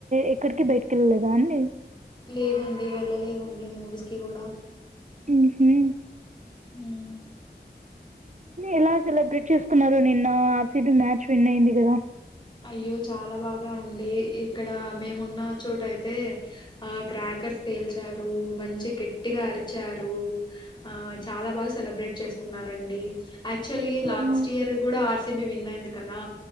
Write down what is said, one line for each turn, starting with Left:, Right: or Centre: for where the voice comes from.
Right: ఎక్కడికి బయటకి కెళ్ళలేదా అండి
Left: లేదండి వెళ్ళలేదండి మూవీస్ కి కూడా
Right: ఉహు
Left: ఉను
Right: ఎలా సెలబ్రేట్ చేసుకున్నారు నిన్న యాక్చవలీ మ్యాచ్ విన్ అయింది కదా
Left: అయ్యో చాలా బాగా అండి ఇక్కడ మేము ఉన్న చోట అయితే ఆ క్రాకర్స్ పేల్చారు మంచి గట్టిగా అరిచారు ఆ చాలా బాగా సెలబ్రేట్ చేసుకు కున్నా రాండి యాక్చవల్ గా లాస్ట్
Right: ఓహో.
Left: ఇయర్ కూడా ఆర్ సి బి విన్ అయింది కదా